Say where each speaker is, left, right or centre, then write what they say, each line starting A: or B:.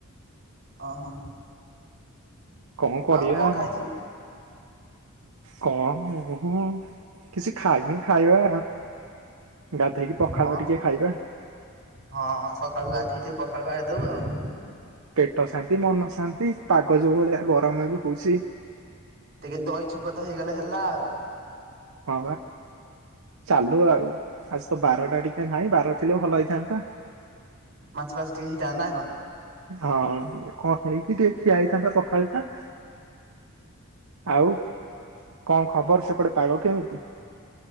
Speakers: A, on the right; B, on the right.
A: ଓହୋ
B: କଣ କରିବା
A: ଆଉ ଖାଇଥିଲୁ
B: କଣ ମୁ କିଛି ଖାଇନି ଖାଇବା ଗାଧେଇକି ପଖାଳ
A: ହଁ
B: ଟିକେ ଖାଇବା
A: ହଁ ସକାଳୁ ଗାଧେଇଥିବେ ପଖାଳ ବା ଦବୁ ଆଉ
B: ପେଟ ଶାନ୍ତି ମନ ଶାନ୍ତି ପାଗଜ ଭଳିଆ ଗରମ ଏ ବି ହଉଛି
A: ଟିକେ ଦହି ଛୁଙ୍କ ତ ହେଇଗଲେ ହେଲା ଆଉ
B: ହଁ ଚାଲୁ ଆଉ ଆଜି ତ ବାରଟା ଟିକେ ନାହିଁ ବାର ଥିଲେ ଭଲ ହେଇଥାନ୍ତା
A: ମାଛ ଫାସ ଟିକେ ହେଇଥାନ୍ତା ନା କଣ
B: ହଁ ଟିକେ କଣ ହେଇକି ଟିକେ ଖିଆ ହେଇଥାନ୍ତା ପଖାଳ ଟା ଆଉ କଣ ଖବର ସେପଟେ ପାଗ କେମିତି